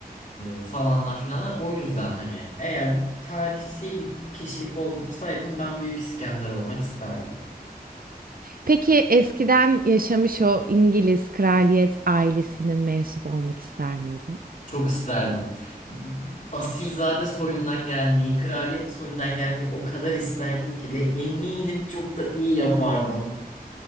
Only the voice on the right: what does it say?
Peki eskiden yaşamış o İngiliz kraliyet ailesinin mensup olmak ister miydin?